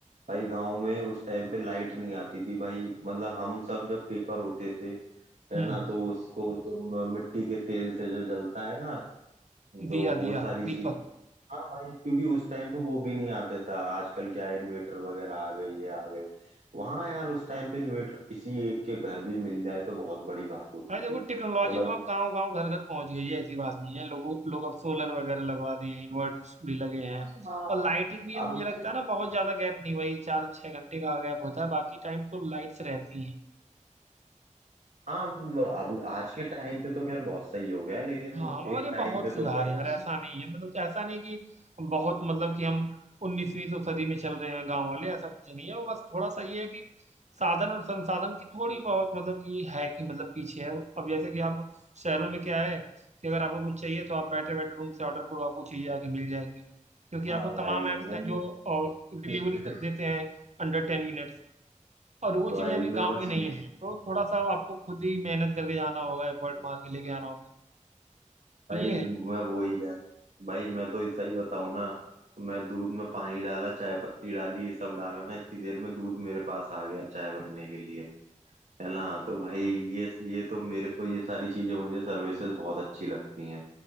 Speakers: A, on the right; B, on the right.
A: भाई गांव में उस टाइम पे लाइट नहीं आती थी भाई मतलब हम सब जब पेपर होते थे है
B: हम्म
A: ना तो उसको जो म- मिट्टी के तेल से जो जलता है ना तो
B: दिया
A: वो
B: दिया
A: सारी
B: दीपक
A: चीज हाँ भाई क्योंकि उस टाइम पे वो भी नहीं आते था आजकल क्या है इन्वेटर वगैरह आ गए ये आ गए वहाँ यार उस टाइम पे इन्वेटर किसी एक के घर भी मिल जाए तो बहुत बड़ी बात होती
B: भाई देखो
A: थी
B: टेक्नोलॉजी
A: मतलब
B: तो अब गांव गांव घर घर पहुंच गई है ऐसी बात नहीं है लोगों लोग अब सोलर वगैरह लगवा दिए हैं इन्वर्टर्स भी लगे हैं
A: हाँ हाँ,
B: और लाइटिंग भी अब
A: अब
B: मुझे लगता है ना बहुत ज्यादा गैप नहीं भाई चार छह घंटे का गैप होता है बाकी टाइम तो लाइट्स रहती हैं
A: हाँ अब आज के टाइम पे तो खैर बहुत सही हो गया है लेकिन
B: हाँ
A: एक
B: अरे
A: टाइम
B: बहुत
A: पे
B: सुधार
A: तो <laughs> बहुत
B: है यार ऐसा नहीं है मतलब कि ऐसा नहीं कि बहुत मतलब कि हम उन्नीसवीं सौ सदी में चल रहे हैं गांव वाले ऐसा कुछ नहीं है वो बस थोड़ा सा ये है कि साधन और संसाधन की थोड़ी बहुत मतलब कि है कि मतलब पीछे है अब जैसे कि आप शहरों में क्या है कि अगर आपको कुछ चाहिए तो आप बैठे बैठे रूम से ऑर्डर करो आपको चीजें आके मिल जाएंगी क्योंकि
A: हाँ
B: आपको
A: भाई
B: तमाम ऐप्स
A: मैं
B: हैं जो डिलीवरी
A: <laughs>
B: देते हैं अंडर टेन मिनट्स और वो
A: भाई
B: चीजें अभी
A: मैं
B: गाँव
A: बस
B: में नहीं है तो थोड़ा सा आपको खुद ही मेहनत करके जाना होगा एफर्ट
A: ये
B: मार के लेके आना होगी तो
A: भाई
B: ये है
A: मैं वो ही कह भाई मैं तो सही बताऊं ना तो मैं दूध में पानी डाला चाय पत्ती डाली ये सब डाला ना इतनी देर में दूध मेरे पास आ गया चाय बनने के लिए है ना तो भाई ये ये तो मेरे को ये सारी चीजें मुझे सर्विसेज बहुत अच्छी लगती हैं